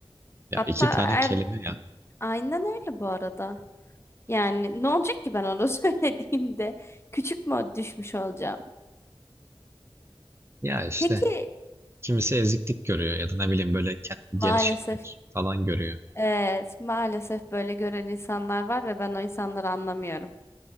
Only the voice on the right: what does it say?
Ya
iki tane
kelime ya.
Ya işte
kimisi eziklik görüyor ya da ne bileyim böyle kendini geri
çekmek falan görüyor.